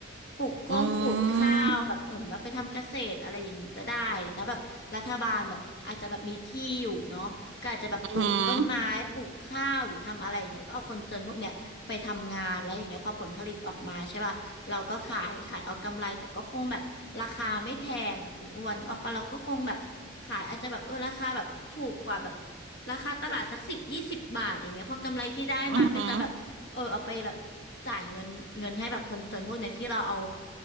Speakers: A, on the left (about 55°); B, on the right (about 60°).
A: ปลูกโค้งปลูกข้าวแบบเออแบบไปทำเกษตรอะไรอย่างงี้ก็ได้แล้วแบบรัฐบาลแบบอาจจะแบบมีที่อยู่เนาะก็อาจจะแบบปลูกต้นไม้ปลูกข้าวหรือทำอะไรอย่างเงี้ยแล้วก็เอาคนจนพวกเนี้ยไปทำงานแล้วอย่างเงี้ยพอผลผลิตออกมาใช่ป่ะเราก็ขายขายเอากำไรแต่ก็คงแบบราคาไม่แพงอ่ะคุณอ้วนนึกออกปะเราก็คงแบบขายอาจจะแบบเออราคาแบบถูกกว่าแบบ
B: อืมอืม
A: ราคาตลาดสักสิบยี่สิบบาทอย่างเงี้ยพอกำไรที่ได้มาก็จะแบบ
B: อือหือ
A: เออเอาไปแบบจ่ายเงินเงินให้แบบคนจนพวกเนี้ยที่เราเอา